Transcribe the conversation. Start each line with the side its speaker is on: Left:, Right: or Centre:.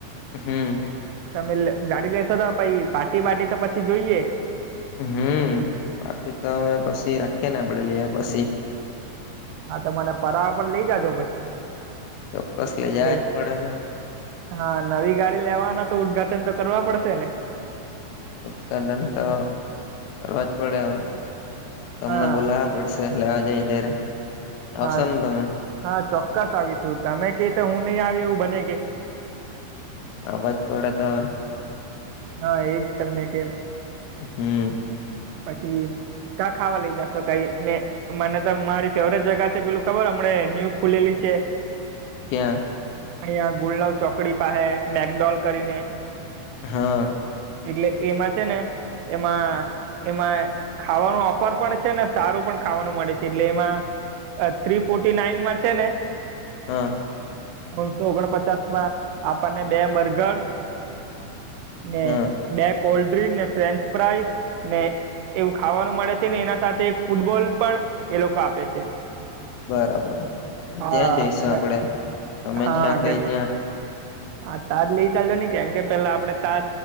Left: હમ્મ
Right: તમે ગાડી લેશો તો પાટી બાટી તો પછી જોઈએ
Left: હમ્મ પાટી તો અમે પછી રાખીએ ને આપડે લિયા પછી
Right: હા તો મને ફરવા પણ લઈ જાજો પછી
Left: ચોક્કસ
Right: કેમ
Left: લેજા
Right: કે
Left: યજ પડે ને
Right: હા નવી ગાડી લેવાના તો ઉદઘાટન તો કરવા પડશે ને
Left: ઉદઘાટન તો કરવા જ પડે હવે તમને
Right: હા
Left: બોલાવવા પડશે લેવા જાય ત્યારે આવશો
Right: હા
Left: ને તમે
Right: હા ચોક્કસ આવીશું તમે ક તો હું નહી આવી એવું બને કે
Left: અવાજ પડત હ
Right: હા એજ તમને કેે
Left: હમ
Right: પછી ક ખાવા લય જશો કઈ ને મને તો મારી ફેવરેટ જગા છે પેલું ખબર હમ્મ ન્યુ ખુલેલી છે
Left: ક્યાં
Right: અહિયાં ગુલનવ ચોકડી પાસે મેકડોલ કરીને
Left: હા
Right: એટલે એમાં છે ને એમાં એમાં ખાવાનું ઓફર પણ છે ને સારું પણ ખાવાનું મળે છે એટલે એમાં થ્રી ફોર્ટી નાઈન માં છે ને
Left: હા
Right: ત્રણસો ઓગણપચાસ માં આપણને બે બર્ગર ને
Left: હા
Right: બે કોલ્ડ ડ્રિંક ને ફ્રેન્ચ ફ્રાઈસ ને એવું ખાવાનું મળે છે ને એના સાથે ફૂટબોલ પણ એ લોકો આપે છે
Left: બરાબર
Right: હા
Left: ત્યાં જઈશું આપડે તમે
Right: હા
Left: જ્યાં કઈ
Right: કેમ
Left: ત્યાં
Right: હા તાજ લઈ ચાલજો ને કેમ કે પેલા આપડે તાજ